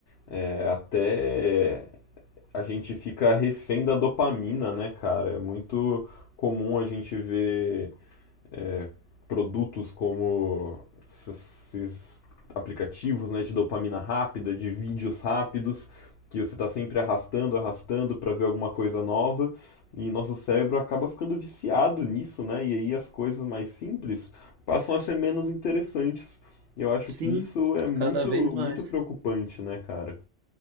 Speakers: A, on the left; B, on the right.
A: É, até a gente fica refém da dopamina, né, cara? É muito comum a gente ver é, produtos como esses aplicativos né, de dopamina rápida, de vídeos rápidos, que você está sempre arrastando, arrastando para ver alguma coisa nova, e nosso cérebro acaba ficando viciado nisso, né? E aí as coisas mais simples passam a ser menos interessantes. Eu acho
B: Sim,
A: que isso é muito,
B: cada vez mais.
A: muito preocupante, né, cara?